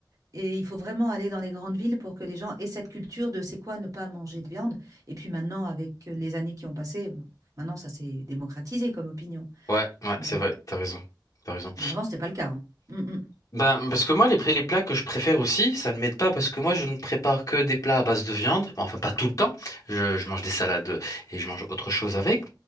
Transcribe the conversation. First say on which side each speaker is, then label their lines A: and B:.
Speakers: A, on the right; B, on the left.
A: et il faut vraiment aller dans les grandes villes pour que les gens aient cette culture de c'est quoi ne pas manger de viande. Et puis maintenant, avec les années qui ont passé, maintenant ça s'est démocratisé comme opinion,
B: Ouais, ouais,
A: mais
B: c'est vrai, t'as raison. T'as raison.
A: mais avant, c'était pas le cas. hein. Mm, mm.
B: Ben, parce que moi, les, pré- les plats que je préfère aussi, ça ne m'aide pas parce que moi, je ne prépare que des plats à base de viande. Bon, Enfin, pas tout le temps. Je, je mange des salades et je mange autre chose avec.